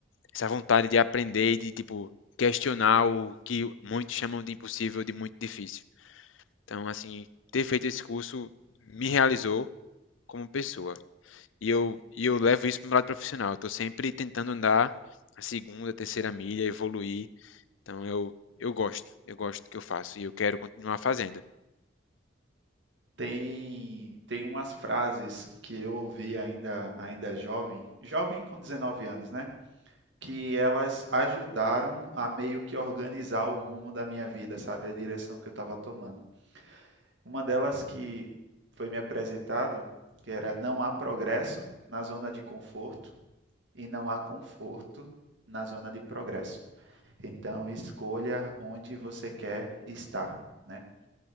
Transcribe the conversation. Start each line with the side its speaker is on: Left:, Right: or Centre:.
Left: essa vontade de aprender e de, tipo, questionar o que muitos chamam de impossível, de muito difícil. Então, assim, ter feito esse curso me realizou como pessoa. E eu, e eu levo isso para o lado profissional. Estou sempre tentando andar a segunda, terceira milha, evoluir. Então, eu, eu gosto. Eu gosto do que eu faço e eu quero continuar fazendo.
Right: Tem, tem umas frases que eu ouvi ainda, ainda jovem, jovem com 19 anos, né? Que elas ajudaram a meio que organizar o rumo da minha vida, sabe? A direção que eu estava tomando Uma delas que foi me apresentado, que era não há progresso na zona de conforto e não há conforto na zona de progresso. Então, escolha onde você quer estar, né?